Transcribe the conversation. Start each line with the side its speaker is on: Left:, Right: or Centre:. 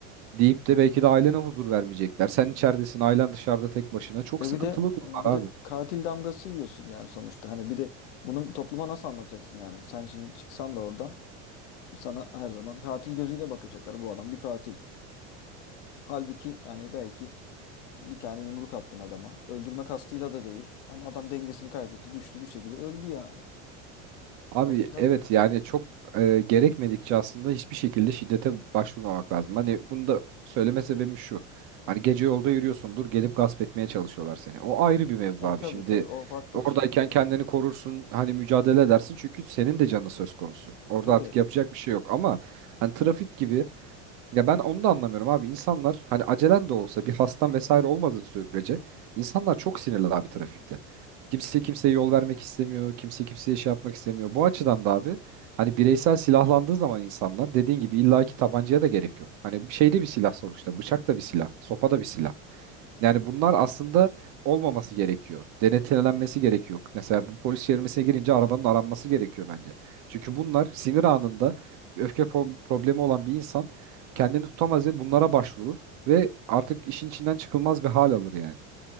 Right: deyip de belki de ailene huzur vermeyecekler. Sen içeridesin ailen dışarıda tek başına. Çok
Left: E
Right: sıkıntılı
Left: bir de
Right: durumlar abi.
Left: bir de katil damgası yiyorsun yani sonuçta. Hani bir de bunu topluma nasıl anlatacaksın yani? Sen şimdi çıksan da oradan sana her zaman katil gözüyle bakacaklar. Bu adam bir katil. Halbuki yani belki bir tane yumruk attın adama. Öldürme kastıyla da değil. Ama adam dengesini kaybetti. Düştü bir şekilde öldü yani.
Right: Abi
Left: O yüzden
Right: evet yani çok e, gerekmedikçe aslında hiçbir şekilde şiddete başvurmamak lazım. Hani bunu da söyleme sebebim şu. Hani gece yolda yürüyorsundur gelip gasp etmeye çalışıyorlar seni. O ayrı bir mevzu
Left: e
Right: abi.
Left: tabii
Right: Şimdi
Left: tabii o farklı
Right: oradayken
Left: bir şey.
Right: kendini korursun hani mücadele edersin çünkü senin de canın söz konusu. Orada
Left: Tabii
Right: artık yapacak bir şey yok ama hani trafik gibi ya ben onu da anlamıyorum abi. İnsanlar hani acelen de olsa bir hastan vesaire olmadığı sürece insanlar çok sinirli abi trafikte. Kimse kimseye yol vermek istemiyor. Kimse kimseye şey yapmak istemiyor. Bu açıdan da abi hani bireysel silahlandığı zaman insanlar dediğin gibi illaki tabancaya da gerek yok. Hani şeyde bir silah sonuçta. Bıçak da bir silah. Sopa da bir silah. Yani bunlar aslında olmaması gerekiyor. Denetlenmesi gerekiyor. Mesela bu polis çevirmesine girince arabanın aranması gerekiyor bence. Çünkü bunlar sinir anında bir öfke pro- problemi olan bir insan kendini tutamaz ve bunlara başvurur ve artık işin içinden çıkılmaz bir hal alır yani.